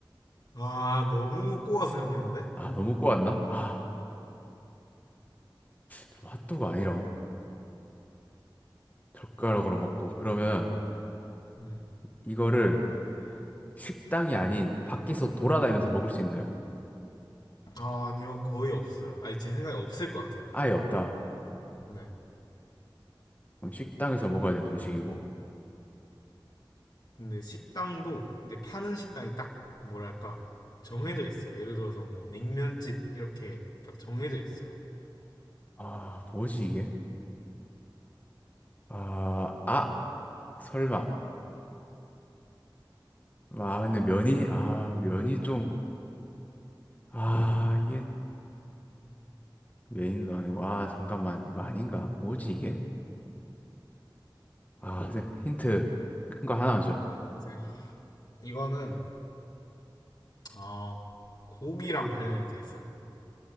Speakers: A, on the left; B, on the left.
A: 아, 너무 꼬아 생각했는데?
B: 아 너무 꼬았나 아 참, 핫도그 아니라고 젓가락으로 먹고 그러면
A: 네.
B: 이거를 식당이 아닌 밖에서 돌아다니면서 먹을 수 있나요?
A: 아, 아니요. 거의 없어요. 아니, 제 생각에 없을 것 같아요, 그냥.
B: 아예 없다.
A: 네.
B: 그럼 식당에서 먹어야 되는 음식이고.
A: 근데 식당도 이제 파는 식당이 딱 뭐랄까 정해져 있어요. 예를 들어서 뭐 냉면집 이렇게 딱 정해져 있어요.
B: 아, 뭐지 이게? 아, 아, 설마. 아, 근데 면이, 아, 면이 좀, 아, 이게 메인도 아니고, 아, 잠깐만, 이거 아닌가? 뭐지 이게? 아, 선생님, 힌트 큰 거 하나만 줘요.
A: 이제 이거는 어, 고기랑 관련이 돼 있어요.